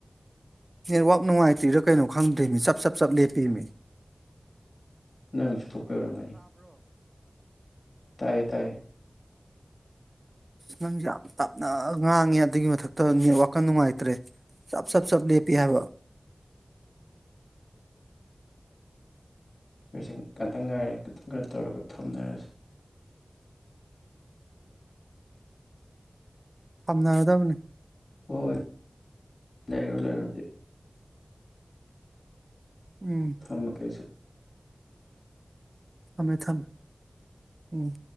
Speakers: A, on the right (about 40°); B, on the left (about 60°).
A: ꯅꯦꯠꯋꯥꯛ ꯅꯨꯡꯉꯥꯏꯇ꯭ꯔꯤꯔꯣ ꯀꯩꯅꯣ ꯈꯪꯗ꯭ꯔꯤꯃꯤ ꯆꯞ ꯆꯞ ꯆꯞ ꯂꯦꯞꯄꯤꯃꯤ
B: ꯅꯪ ꯆꯠꯊꯣꯛꯄ ꯑꯣꯏꯔꯝꯒꯅꯤ ꯇꯥꯏꯌꯦ ꯇꯥꯏꯌꯦ
A: ꯅꯪꯁꯨꯦ ꯌꯥꯝ ꯇꯞꯅ ꯉꯥꯡꯉꯦ ꯑꯗꯨꯒꯤ ꯃꯊꯛꯇ ꯅꯦꯠ ꯋꯥꯈꯜ ꯅꯨꯡꯉꯥꯏꯇ꯭ꯔꯦ ꯆꯞ ꯆꯞ ꯆꯞ ꯂꯦꯞꯄꯤ ꯍꯥꯏꯕ
B: ꯃꯣꯏꯁꯤꯡ ꯈꯇꯪ ꯉꯥꯏꯔꯦ ꯇꯪꯩꯅ ꯇꯧꯔꯒ ꯊꯝꯅꯔꯁꯤ
A: ꯊꯝꯅꯔꯗꯕꯅꯤ
B: ꯍꯣꯏ ꯍꯣꯏ ꯂꯩꯔꯣ ꯂꯩꯔꯣꯗꯤ
A: ꯎꯝ
B: ꯊꯅ ꯀꯩꯁꯨ
A: ꯊꯝꯃꯦ ꯊꯝꯃꯦ ꯎꯝ